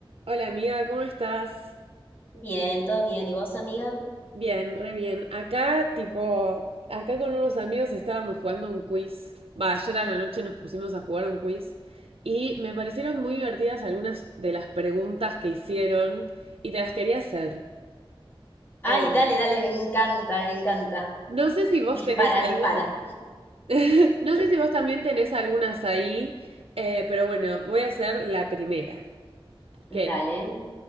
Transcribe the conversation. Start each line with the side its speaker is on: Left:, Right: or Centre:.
Right: Hola amiga, ¿cómo estás?
Left: Bien, todo bien. ¿Y vos, amiga?
Right: Bien, re bien. Acá, tipo, acá con unos amigos estábamos jugando un quiz. Va, ayer a la noche nos pusimos a jugar un quiz y me parecieron muy divertidas algunas de las preguntas que hicieron y te las quería hacer. Eh,
Left: Ay, dale, dale, me encanta, me encanta.
Right: no sé si vos
Left: Dispara,
Right: tenés alguna.
Left: dispara.
Right: <laughs> No sé si vos también tenés algunas ahí, eh, pero bueno, voy a hacer la primera, que
Left: Dale.
Right: es.